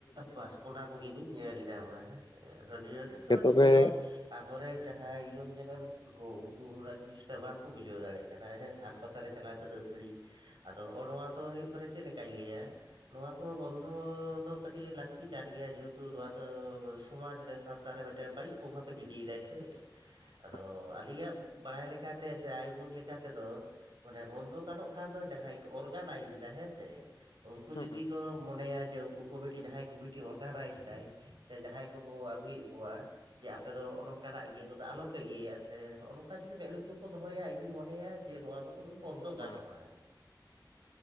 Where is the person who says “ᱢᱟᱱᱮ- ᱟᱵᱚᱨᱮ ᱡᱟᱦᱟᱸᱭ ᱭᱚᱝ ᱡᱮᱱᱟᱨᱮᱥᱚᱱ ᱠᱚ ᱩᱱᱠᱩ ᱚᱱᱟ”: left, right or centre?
Right